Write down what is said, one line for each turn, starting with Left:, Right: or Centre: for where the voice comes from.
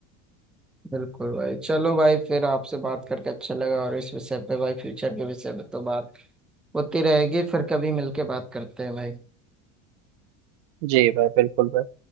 Centre: बिल्कुल भाई चलो भाई फिर आपसे बात करके अच्छा लगा और इस विषय पे भाई फ्यूचर के विषय पे तो बात होती रहेगी फिर कभी मिलके बात करते हैं भाई
Right: जी भाई बिल्कुल भाई